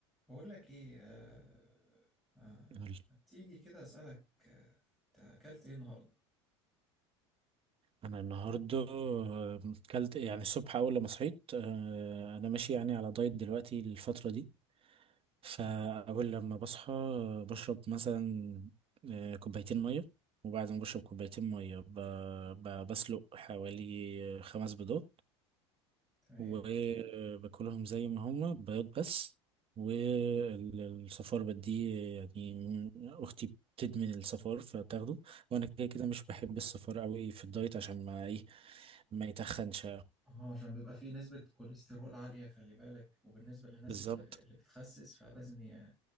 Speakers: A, in the centre; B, on the right.
A: بقول لك ايه آه ما,
B: قولي.
A: ما تيجي كده اسالك آه، انت اكلت ايه النهارده
B: انا النهارده آه، كلت يعني الصبح اول لما صحيت آه، انا ماشي يعني على دايت دلوقتي الفتره دي فاول لما بصحى آه، بشرب مثلا آه، كوبايتين ميه وبعد ما بشرب كوبايتين ميه ب- ب- بسلق حوالي خمس بيضات
A: تمام
B: وباكلهم زي ما هما بياض بس والصفار بديه يعني اختي بتدمن الصفار فبتاخده وانا كده كده مش بحب الصفار قوي في الدايت عشان ما ايه ما يتخنش
A: اه عشان بيبقى فيه نسبة كوليسترول عالية خلي بالك وبالنسبة للناس
B: بالظبط
A: اللي, اللي بتخسس فلازم ي...